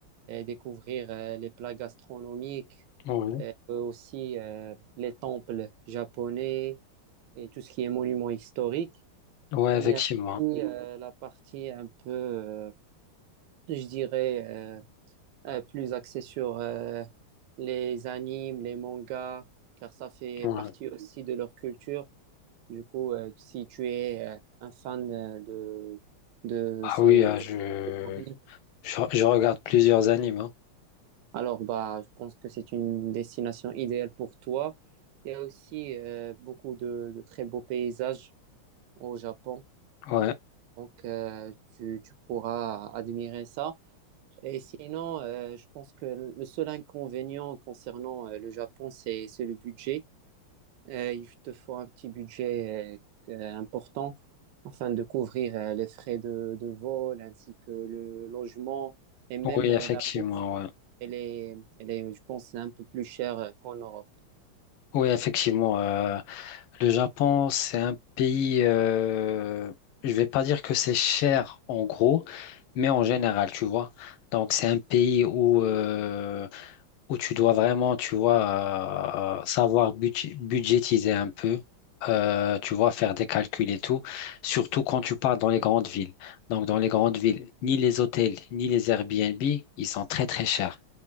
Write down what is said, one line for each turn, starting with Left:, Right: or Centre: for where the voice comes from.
Right: et découvrir euh, les plats gastronomiques,
Left: ouais,
Right: euh, aussi euh, les temples japonais et tout ce qui est monument historique.
Left: Ouais,
Right: Il
Left: effectivement.
Right: y a aussi euh, la partie un peu... euh, je dirais, euh, euh, plus axé sur euh, les animes, les mangas, car ça fait
Left: Ouais.
Right: partie aussi de leur culture. Du coup, euh, si tu es euh, un fan euh, de, de
Left: Ah
Right: ces
Left: oui, euh, je,
Right: catégories,
Left: je, je regarde plusieurs animes. hein.
Right: alors bah, je pense que c'est une destination idéale pour toi. Il y a aussi euh, beaucoup de, de très beaux paysages au Japon,
Left: Ouais.
Right: donc euh, tu, tu pourras admirer ça. Et sinon, euh, je pense que le seul inconvénient concernant euh, le Japon, c'est c'est le budget. Euh, il te faut un petit budget euh, euh, important afin de couvrir euh, les frais de, de vol ainsi que le logement et même
Left: Oui,
Right: euh,
Left: effectivement.
Right: la bouffe.
Left: Ouais.
Right: Elle est, elle est, je pense, un peu plus chère euh, qu'en Europe.
Left: Oui, effectivement. euh, Le Japon, c'est un pays, euh, je vais pas dire que c'est cher en gros, mais en général, tu vois. Donc c'est un pays où, euh, où tu dois vraiment, tu vois, euh, savoir budg- budgétiser un peu, euh, tu vois, faire des calculs et tout, surtout quand tu pars dans les grandes villes. Donc dans les grandes villes, ni les hôtels, ni les Airbnb, ils sont très très chers.